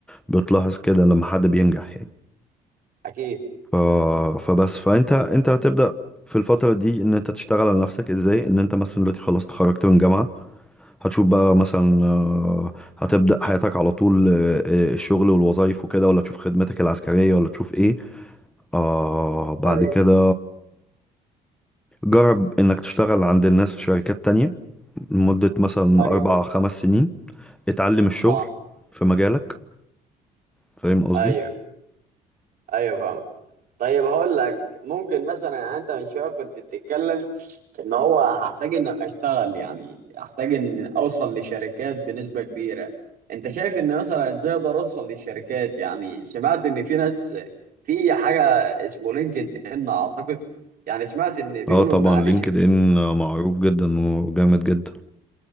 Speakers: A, in the centre; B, on the right.
A: بتلاحظ كده لما حد بينجح يعني
B: اكيد
A: ف... فبس فانت انت هتبدأ في الفترة دي ان انت تشتغل على نفسك ازاي ان انت مثلا دلوقتي خلاص اتخرجت من جامعة هتشوف بقى مثلا آه، هتبدأ حياتك على طول آه، آه، الشغل والوظائف وكده ولا تشوف خدمتك العسكرية ولا تشوف ايه آه بعد
B: ايوه
A: كده جرب إنك تشتغل عند الناس في شركات تانية لمدة مثلا
B: ايوه
A: أربع خمس سنين اتعلم الشغل
B: اه
A: في مجالك فاهم قصدي؟
B: ايوه ايوه فاهم طيب هقول لك ممكن مثلا يعني انت من شويه كنت بتتكلم ان هو هحتاج ان ابقى اشتغل يعني هحتاج ان اوصل لشركات بنسبه كبيره انت شايف ان مثلا ازاي اقدر اوصل للشركات يعني سمعت ان في ناس في حاجه اسمه لينكد ان اعتقد يعني سمعت ان بيقولوا
A: اه طبعا
B: ان عليه
A: لينكد
B: شركات
A: إن معروف جدا وجامد جدا